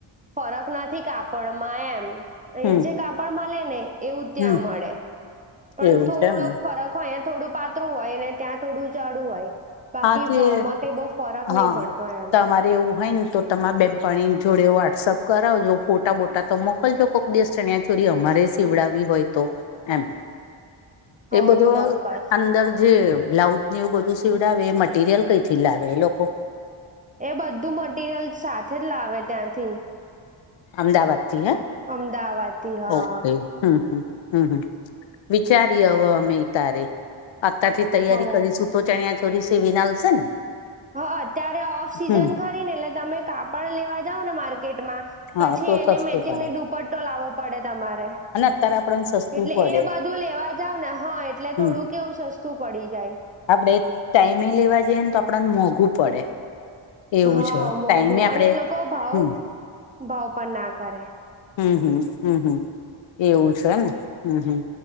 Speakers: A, on the right; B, on the left.
A: ફરક નથી કાપડમાં એમ, અહીયાં
B: હમ
A: જે કાપડ મલે ને એવું
B: હમ
A: ત્યાં મળે. પણ
B: એવું
A: થોડોક
B: છે એમને
A: ફરક હોયં અયા થોડું પાતરું હોય ને ત્યાં થોડું જાડું હોય. બાકી
B: આથી
A: ભાવમાં કઈ બહુ ફરક
B: હા
A: નહી પડતો એમ
B: તમારે એવું હોય ને તો તમા બેનપણી જોડે વોટ્સઅપ કરાવજો ફોટા બોટા તો મોકલજો કોઈક દિવસ ચણ્યા ચોરી અમારે સીવડાવી હોય તો એમ
A: <unintelligible>
B: એ બધો
A: ચોક્કસ
B: અંદર જે બ્લાઉઝની એવું બધું સીવ આવે એ મટીરિયલ કઈ થી લાવે એ લોકો
A: એ બધું મટરિયલ સાથે જ લાવે ત્યાંથી
B: અમદાવાદથી હે
A: અમદાવાદ થી હા
B: ઓકે હમ હમ હમ હમ વિચારી હમે તારે અતાર થી તૈયારી
A: હોવ
B: કરીશું તો ચણિયા ચોરી સીવિને આલશે ને
A: હ અત્યારે ઓફ સિઝન
B: હમ
A: ખરી ને એટલે તમે કાપડ લેવા જાવ ને માર્કેટમાં
B: હા
A: પછી
B: તો
A: એની
B: સસ્તું
A: મેચિંગની
B: પડે
A: દુપટ્ટો લાવવો પડે તમારે
B: અને અત્યારે આપણને સસ્તું
A: એટલે
B: પડે
A: એ બધું લેવા જાવ ને હ એટલે
B: હમ
A: થોડું કેવું સસ્તું. તું પડી જાય.
B: આપડે ટાઈમે લેવા જઈએને તો આપડાને મોંઘું પડે. એવું
A: હા
B: છે
A: મોંઘું
B: ટાઈમે આપડે
A: અને એ લોકો ભાવ
B: હમ
A: ભાવ પણ ના કરે
B: હમ હમ હમ હમ એવું છે ને હમ હમ